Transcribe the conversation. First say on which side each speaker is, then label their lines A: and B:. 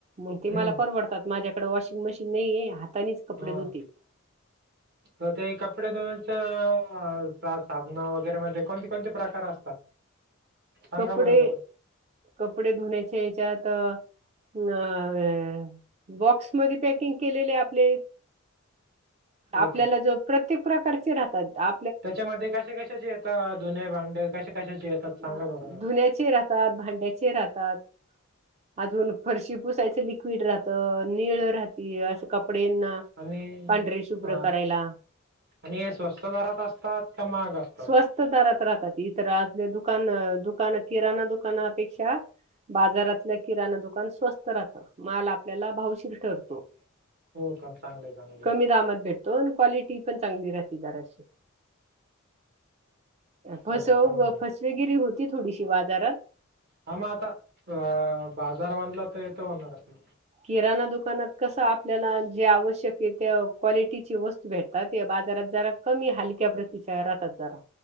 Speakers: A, on the right; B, on the right.
A: मग ते
B: हम्म
A: मला परवडतात माझ्याकडं वॉशिंग मशीन नाहीये हातानीच कपडे
B: हा
A: धुते.
B: तर ते कपडे धुण्याचं सा साबणा वगैरे मध्ये कोणते कोणते प्रकार असतात? सांगा
A: कपडे
B: बरं जरा
A: कपडे धुण्याचे हेच्यात नं अ बॉक्स मध्ये पॅकिंग केलेले आपले
B: हो
A: आपल्याला
B: का
A: जो प्रत्येक प्रकारचे राहतात. आ
B: त्याच्यामध्ये कशा कशाचे येतात धुणे भांडे कशा कशाचे? सांगा
A: अ
B: बरं जरा.
A: धुण्याचे राहतात, भांड्याचे राहतात. अजून फरशी पुसायचं लिक्विड राहतं निळ राहती असं कपड्यांना
B: आणि
A: पांढरी शुभ्र
B: अ
A: करायला.
B: आणि हे स्वस्त दरात असतात का महाग असं?
A: स्वस्त दरात राहतात, इतर आपले दुकान दुकान किराणा दुकानपेक्षा बाजारातल्या किराणा दुकान स्वस्त राहतो, माल आपल्याला भावशीर ठरतो.
B: हो का चांगले चांगले
A: कमी दामात भेटतो, आणि क्वालिटी पण चांगली राहते दराशी. फसव
B: चला चांगलं
A: फसवेगिरी होती थोडीशी बाजारात.
B: हा मग आता, अं बाजार म्हणला तर येतं होणारच ना.
A: किराणा दुकानात कसं आपल्याला जे आवश्यक आहे त्या क्वालिटीची वस्तू भेटतात, या बाजारात जरा कमी हलक्या प्रतीच्या राहातात, जरा